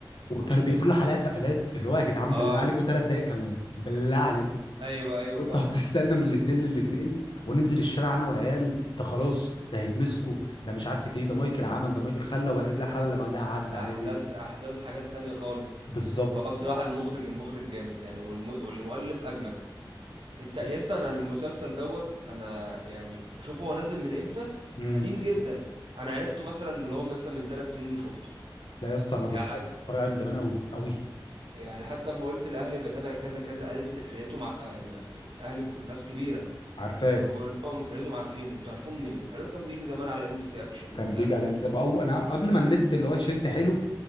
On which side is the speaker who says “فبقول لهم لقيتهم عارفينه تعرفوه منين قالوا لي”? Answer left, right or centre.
Right